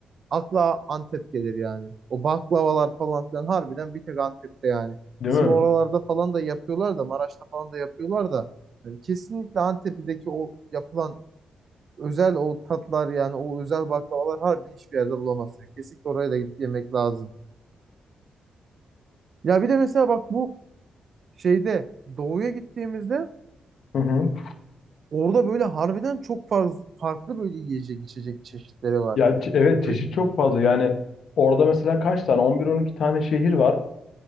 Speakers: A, on the right; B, on the left.
A: akla Antep gelir yani. O baklavalar falan filan harbiden bir tek Antep'te yani.
B: Değil
A: Bizim
B: mi?
A: oralarda falan da yapıyorlar da Maraş'ta falan da yapıyorlar da yani kesinlikle Antep'teki o yapılan özel o tatlar yani o özel baklavalar harbiden hiçbir yerde bulamazsın. Yani Kesinlikle oraya da gidip yemek lazım. Ya bir de mesela bak bu şeyde doğuya gittiğimizde
B: Hı hı.
A: orada böyle harbiden çok farklı, farklı böyle yiyecek içecek çeşitleri var.
B: Ya ç- evet çeşit
A: Böyle-
B: çok fazla. Yani orada mesela kaç tane? On bir on iki tane şehir var.